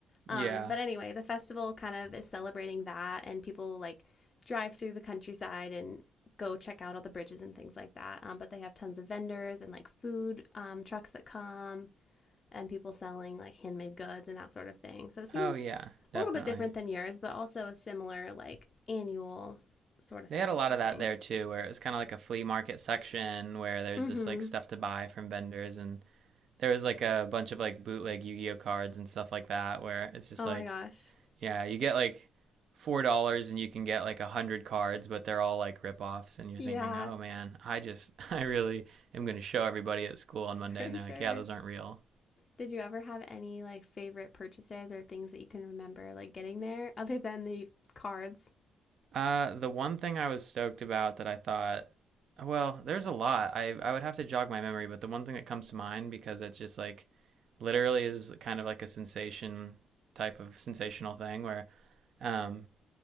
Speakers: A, on the left (about 40°); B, on the right (about 60°).
A: Um,
B: yeah.
A: but anyway, the festival kind of is celebrating that, and people like drive through the countryside and go check out all the bridges and things like that. Um, but they have tons of vendors and like food um, trucks that come and people selling like handmade goods and that sort of thing. So it seems
B: Oh yeah, definitely.
A: a little bit different than yours, but also a similar like annual sort of
B: They
A: festival
B: had a lot of that
A: thing.
B: there too, where it was kind of like a flea market section where there's
A: Mm
B: just
A: hmm.
B: like stuff to buy from vendors, and there was like a bunch of like bootleg Yu-Gi-Oh cards and stuff like that, where it's just
A: Oh
B: like
A: my gosh.
B: Yeah, you get like four dollars and you can get like a hundred cards, but they're all like ripoffs, and you're
A: Yeah,
B: thinking, oh man, I just <laughs> I really am gonna show everybody at school on
A: <laughs>
B: Monday,
A: for
B: and they're
A: sure.
B: like, yeah, those aren't real.
A: Did you ever have any like favorite purchases or things that you can remember like getting there other than the cards?
B: Uh, the one thing I was stoked about that I thought, well, there's a lot. I I would have to jog my memory, but the one thing that comes to mind because it's just like, literally is kind of like a sensation type of sensational thing where, um,